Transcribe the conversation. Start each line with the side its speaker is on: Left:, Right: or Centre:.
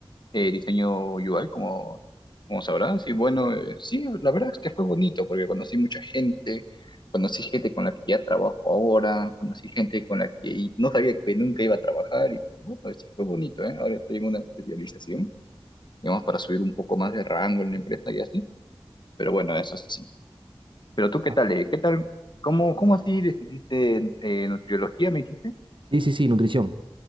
Left: eh, diseño UI, como, como sabrás. Y bueno, eh, sí, la verdad es que fue bonito porque conocí mucha gente. Conocí gente con la que ya trabajo ahora. Conocí gente con la que no sabía que nunca iba a trabajar. Y pues bueno, sí fue bonito, ¿eh? Ahora estoy en una especialización, digamos, para subir un poco más de rango en la empresa y así. Pero bueno, eso sí. Pero tú, ¿qué
Right: Ah,
Left: tal? eh? ¿Qué tal? ¿Cómo, cómo así decidiste eh, nutriología, me dijiste?
Right: sí, sí, sí, nutrición.